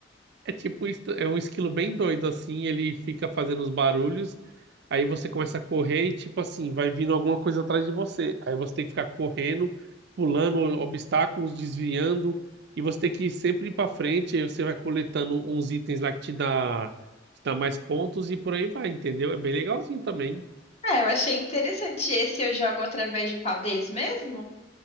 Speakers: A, on the right; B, on the left.
A: É tipo, est- é um esquilo bem doido, assim, ele fica fazendo os barulhos, aí você começa a correr e, tipo assim, vai vindo alguma coisa atrás de você. Aí você tem que ficar correndo, pulando obstáculos, desviando, e você tem que ir sempre ir pra frente, aí você vai coletando uns itens lá que te dá, te dá mais pontos e por aí vai, entendeu? É bem legalzinho também.
B: É, eu achei interessante. Esse eu jogo através de qual deles mesmo?